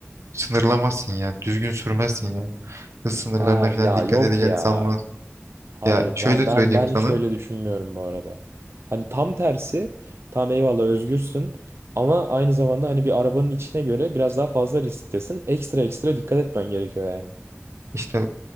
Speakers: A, on the right; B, on the right.
A: sınırlamazsın ya. Düzgün sürmezsin yani. Hız sınırlarına
B: Ha
A: falan
B: ya
A: dikkat
B: yok
A: edeceğini
B: ya.
A: sanmaz.
B: Hayır
A: Ya şöyle
B: ben ben
A: söyleyeyim
B: ben
A: sana.
B: hiç öyle düşünmüyorum bu arada. Hani tam tersi tam eyvallah özgürsün ama aynı zamanda hani bir arabanın içine göre biraz daha fazla risktesin. Ekstra ekstra dikkat etmen gerekiyor yani.
A: İşte